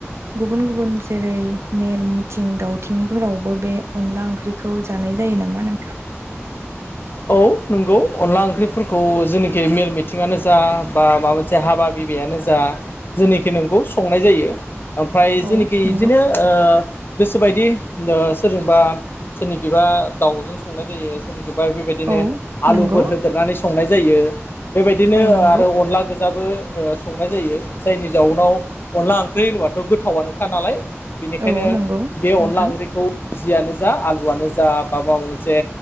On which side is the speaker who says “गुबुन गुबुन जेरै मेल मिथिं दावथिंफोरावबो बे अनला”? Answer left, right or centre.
Right